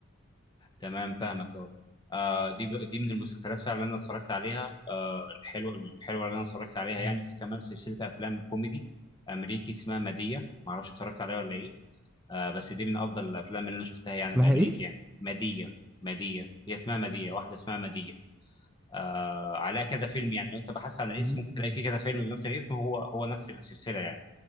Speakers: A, on the left; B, in the centre.
A: تمام فاهمك اهو آه دي ب- دي من المسلسلات فعلا اللي انا اتفرجت عليها آه الحلوه الحلوه اللي انا اتفرجت عليها
B: مم.
A: يعني في كمان سلسله افلام كوميدي امريكي اسمها ماديه ما اعرفش اتفرجت عليها ولا ايه آه بس دي من افضل الافلام اللي انا شفتها يعني
B: اسمها
A: الامريكي
B: ايه؟
A: يعني ماديه ماديه هي اسمها ماديه واحده اسمها ماديه آه عليها كذا فيلم يعني لو انت بحثت عن الاسم
B: مم.
A: ممكن تلاقي فيه كذا فيلم بنفس الاسم هو هو نفس السلسله يعني